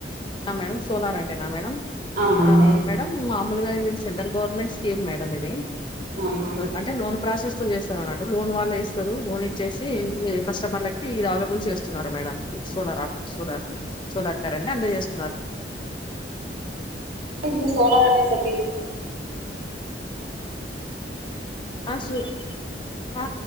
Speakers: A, on the left (about 30°); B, on the right (about 60°).
A: ఆమెన్ సోలార్ అంటే నా మేడం
B: అవునండి
A: ఆ మేడం. మామూలుగా సెంటర్ గవర్నమెంట్ స్కీం మేడం ఇది
B: అవునా
A: అంటే లోనకి. ప్రాసెస్ తో చేస్తారు అన్నట్టు లోన్ వాళ్లే ఇస్తారు లోన్ ఇచ్చేసి కస్టమర్లకి ఇది అవైలబుల్ చేస్తున్నారు madam. The solar solar solar current అంతజెసుంది.
B: అంటే ఇప్పుడు సోలార్ అనేది. <inaudible>
A: ఆ సూర్ ఆ